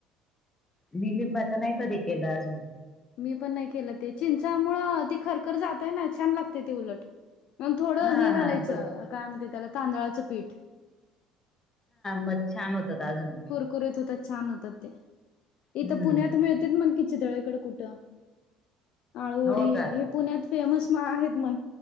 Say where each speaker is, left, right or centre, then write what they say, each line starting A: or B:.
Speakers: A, on the left (about 25°); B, on the left (about 55°).
A: मी लिंबाचं नाही कधी केलं अजून,
B: मी पण नाही केलं ते चिंचामुळं ती खरखर जातय ना छान लागते ते उलट. मग थोडं
A: हा
B: हे घालायचं
A: हा बरोबर
B: काय म्हणते त्याला तांदळाचं पीठ
A: मग छान होतात अजून
B: कुरकुरीत होतात छान होतात, ते ईथ
A: हम्म
B: पुण्यात मिळतं म्हनं कि चितळे- कुठ आळूवडी
A: हो का
B: हे पुण्यात फेमस आहेत म्हन